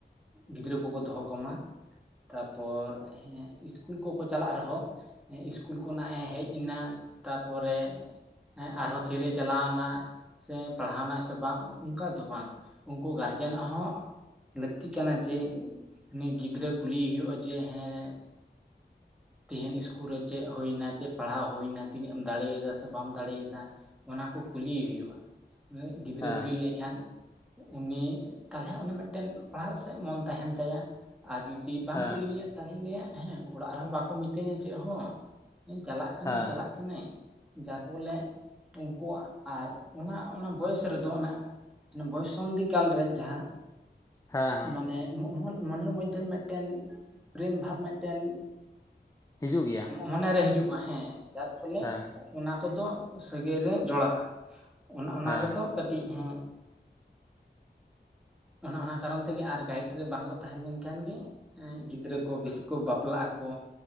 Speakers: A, in the centre; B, on the left.
A: ᱜᱤᱫᱽᱨᱟᱹ ᱠᱚᱠᱚ ᱫᱚᱦᱚ ᱠᱚᱢᱟ ᱛᱟᱯᱚᱨ ᱦᱮᱸ ᱤᱥᱠ ᱩᱞ ᱠᱚᱠᱚ ᱪᱟᱞᱟᱜ ᱨᱮᱦᱚᱸ ᱤᱥᱠᱩᱞ ᱠᱷᱚᱱᱟᱜ ᱮ ᱦᱮᱡ ᱮᱱᱟ ᱛᱟᱯᱚᱨᱮ ᱦᱮᱸ ᱟᱨᱦᱚᱸ ᱠᱷᱮᱞᱮ ᱪᱟᱞᱟᱣ ᱮᱱᱟ ᱥᱮ ᱯᱟᱲᱦᱟᱣ ᱮᱱᱟ ᱥᱮ ᱵᱟᱝ ᱚᱝᱠᱟ ᱫᱚ ᱵᱟᱝ ᱩᱱᱠᱩ ᱜᱟᱨᱡᱮᱱᱟᱜ ᱦᱚᱸ ᱞᱟᱹᱠᱛᱤ ᱠᱟᱱᱟ ᱡᱮ ᱩᱱᱤ ᱜᱤᱫᱽᱨᱟᱹ ᱠᱩᱞᱤᱭᱮ ᱦᱩᱭᱩᱜᱼᱟ ᱡᱮ ᱦᱮᱸ ᱛᱮᱦᱮᱱ ᱤᱥᱠᱩᱞ ᱨᱮ ᱪᱮᱫ ᱦᱳᱭ ᱮᱱᱟ ᱪᱮᱫ ᱯᱟᱲᱦᱟᱣ ᱦᱳᱭ ᱮᱱᱟ ᱛᱤᱱᱟᱹᱜ ᱮᱢ ᱫᱟᱲᱮᱭᱮᱫᱟ ᱥᱮ ᱵᱟᱢ ᱫᱟᱲᱮᱭᱮᱫᱟ ᱚᱱᱟ ᱠᱚ ᱠᱩᱞᱤᱭᱮ ᱦᱩᱭᱩᱜᱼᱟ ᱜᱤᱫᱽᱨᱟᱹ
B: ᱦᱮᱸ
A: ᱠᱩᱞᱤ ᱞᱮᱭ ᱠᱷᱟᱱ ᱩᱱᱤ ᱛᱟᱞᱦᱮ ᱚᱱᱮ ᱢᱮᱫᱴᱮᱱ ᱯᱟᱲᱦᱟᱜ ᱥᱮᱫ ᱢᱚᱱ ᱛᱟᱦᱮᱱ ᱛᱟᱭᱟ ᱟᱨ ᱡᱩᱫᱤ
B: ᱦᱮᱸ
A: ᱵᱟᱝ ᱠᱩᱞᱤ ᱮᱭᱟ ᱛᱟᱞᱦᱮ ᱞᱮᱭᱟ ᱦᱮᱸ ᱚᱲᱟᱜ ᱨᱮᱦᱚᱸ ᱵᱟᱠᱚ ᱢᱤᱛᱟᱹᱧᱟ ᱪᱮᱫ ᱦᱚᱸ ᱤᱧ ᱪᱟᱞᱟᱜ ᱠᱟᱹᱱᱟᱹᱧ
B: ᱦᱮᱸ ᱦᱮᱸ
A: ᱪᱟᱞᱟᱜ ᱠᱟᱹᱱᱟᱹᱧ ᱡᱟᱨ ᱯᱷᱚᱞᱮ ᱩᱱᱠᱩᱣᱟᱜ ᱟᱨ ᱚᱱᱟ ᱚᱱᱟ ᱵᱚᱭᱮᱥ ᱨᱮᱫ ᱚ ᱚᱱᱟ ᱵᱚᱭᱚᱥ ᱥᱚᱱᱫᱷᱤ ᱠᱟᱞ ᱨᱮ ᱡᱟᱦᱟ
B: ᱦᱮᱸ ᱦᱮᱸ
A: ᱢᱟᱱᱮ ᱢᱚᱱᱮᱨ ᱢᱚᱭᱮᱫᱽᱫᱷᱮ ᱨᱮ ᱢᱮᱫᱴᱮᱱ ᱯᱨᱮᱢ ᱵᱷᱟᱵᱽ ᱢᱮᱫᱴᱮᱱ
B: ᱦᱤᱡᱩᱜ ᱜᱮᱭᱟ
A: ᱢᱚᱱᱮ ᱨᱮ ᱦᱤᱡᱩᱜᱼᱟ ᱦᱮᱸ ᱡᱟᱨ ᱯᱷᱚᱞᱮ
B: ᱦᱮᱸ
A: ᱚᱱᱟ ᱠᱚᱫᱚ ᱥᱟᱹᱜᱟᱹᱭ ᱨᱮ ᱡᱚᱲᱟᱜᱼᱟ ᱚᱱᱟ ᱚᱱᱟ
B: ᱦᱮᱸ
A: ᱨᱮᱫᱚ ᱠᱟᱹᱴᱤᱡ ᱦᱮᱸ ᱚᱱᱮ ᱚᱱᱟ ᱠᱟᱨᱚᱱ ᱛᱮᱜᱮ ᱟᱨ ᱜᱟᱭᱤᱰ ᱨᱮ ᱵᱟᱝᱠᱚ ᱛᱟᱦᱮ ᱞᱮᱱᱠᱷᱟᱱ ᱜᱮ ᱜᱤᱫᱽᱨᱟᱹ ᱠᱚ ᱵᱮᱥᱤ ᱠᱚ ᱵᱟᱯᱞᱟᱜ ᱟᱠᱚ